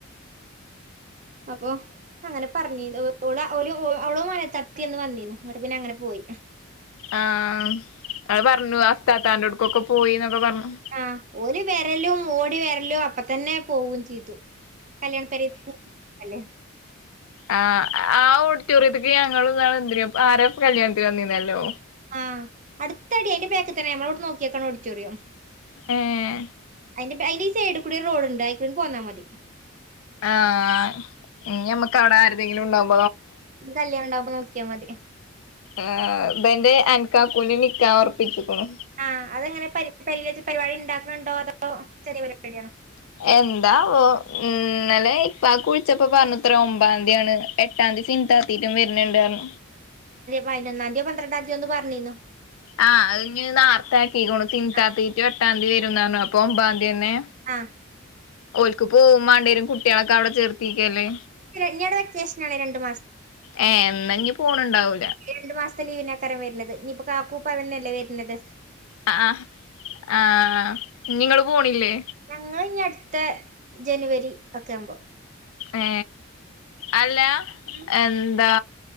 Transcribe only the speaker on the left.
ആഹ അത് പറഞ്ഞു അസ്താ താന്റെ അടുക്കൊക്കെ പോയിന്നൊക്കെ പറഞ്ഞു.
ആ് ആ ഓഡിറ്റോറിയത്ത്ക്ക്ഞങ്ങൾ ന്നാൾ എന്തിനോ ആരോ കല്യാണത്തിന് വന്നീന്നല്ലോ.
എഹ.
ആഹ ന്യമക്ക് അവിടെ ആരെതെങ്കിലും ഉണ്ടാവ.
ആർ മ്പന്റെ ആൻകാക്കൂന്റി നികാഹ് ഉറപ്പിച്ചിക്കണു.
എന്താവോ ഉം ഇന്നലേയ്. പാക്ക്‌ വിളിച്ചപ്പോ പറഞ്ഞുത്ര ഒമ്പാതന്ദിണ് എട്ടാംതീ സിന്താത്താന്റെ വരുന്നുണ്ടറഞ്ഞ.
ആഹ് അ ഇനി നാർത്ത ആക്കിണ സിത്താത്തീട്ട
എട്ടാതി വരുന്ന പറഞ്ഞപ്പോ അപ്പൊ ഒമ്പാതിയനെ.
ഓലക്ക് പോമാണ്ട്യരും കുട്ട്യോളൊക്കെ അവിടെ ചേർത്ത്. ക്കല്ലേ
ഏ എന്നാഞ് പോണുണ്ടാവു.
ആ ആ ആഹ ഇനി ങ്ങള് പോണില്ലേ.
ഏ അല്ല
എന്താ.